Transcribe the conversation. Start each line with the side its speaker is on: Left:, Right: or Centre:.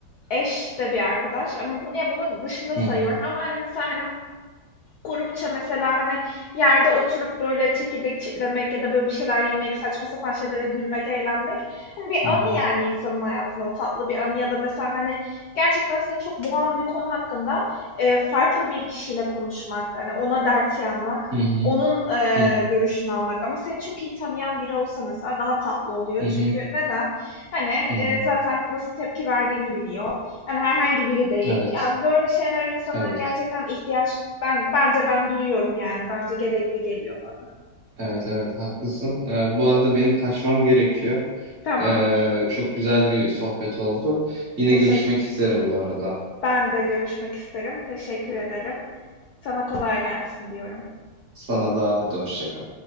Left: eş de bir arkadaş ama bunu ya bunun dışında
Right: Hı
Left: sayıyorum
Right: hı.
Left: ama hani mesela hani Grupça mesela, hani, yerde oturup, böyle, çekirdek çitlemek ya da, böyle, bir şeyler yemek, saçma sapan şeylere gülmek, eğlenmek, hani, bir
Right: Hı
Left: anı
Right: hı.
Left: yani insanın hayatında tatlı bir anı ya da mesela, hani, gerçekten seni çok boğan bir konu hakkında, eee, farklı bir kişiyle konuşmak, hani, ona dert yanmak,
Right: Hı hı.
Left: onun, eee,
Right: Hı hı.
Left: görüşünü almak ama seni çok iyi tanıyan biri olsa mesela daha tatlı oluyor.
Right: Hı
Left: Çünkü
Right: hı.
Left: neden? Hani,
Right: Hı hı.
Left: eee, zaten nasıl tepki verdiğini biliyor. Yani herhangi biri değil.
Right: Evet.
Left: Yani böyle şeyler insana
Right: Evet.
Left: gerçekten ihtiyaç ben bence ben duyuyorum yani. Bence gerekli geliyor bana.
Right: Evet. Evet. Haklısın. Ee, bu arada benim kaçmam gerekiyor.
Left: Tamamdır.
Right: Ee, çok güzel bir sohbet oldu. Yine
Left: Teşekkür.
Right: görüşmek isterim bu arada.
Left: Ben de görüşmek isterim. Teşekkür ederim. Sana kolay gelsin diyorum.
Right: Sana da hadi hoşça kal.